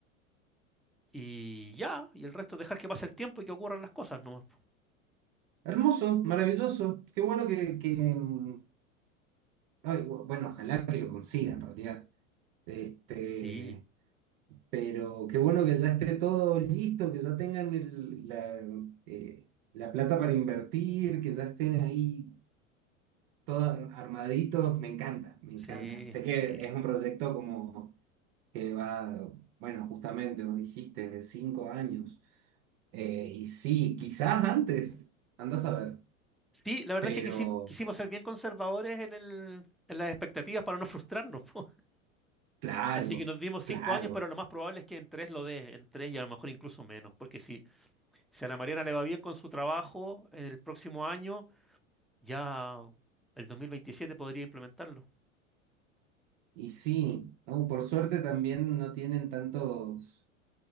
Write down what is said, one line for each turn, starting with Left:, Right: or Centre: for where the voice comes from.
Centre: y ya, y el resto dejar que pase el tiempo y que ocurran las cosas, ¿no?
Right: Hermoso, maravilloso. Qué bueno que, que... mm, ay, bu- bueno, ojalá que lo consiga en realidad. Este...
Centre: Sí,
Right: Pero qué bueno que ya esté todo listo, que ya tengan el- la, eh, la plata para invertir, que ya estén ahí todos armaditos. Me encanta, me
Centre: sí,
Right: encanta. Sé que
Centre: sí.
Right: es un proyecto como que va, bueno, justamente, vos dijiste, de cinco años. Eh, y sí, quizás antes, andas a ver.
Centre: Sí, la verdad
Right: Pero
Centre: es que quisim- quisimos ser bien conservadores en el, en las expectativas para no frustrarnos, <laughs> po.
Right: claro,
Centre: Así que nos dimos cinco
Right: claro.
Centre: años, pero lo más probable es que en tres lo dé, en tres y a lo mejor incluso menos, porque si, si a la Mariana le va bien con su trabajo el próximo año, ya el 2027 podría implementarlo.
Right: Y sí, ¿no? Por suerte también no tienen tantos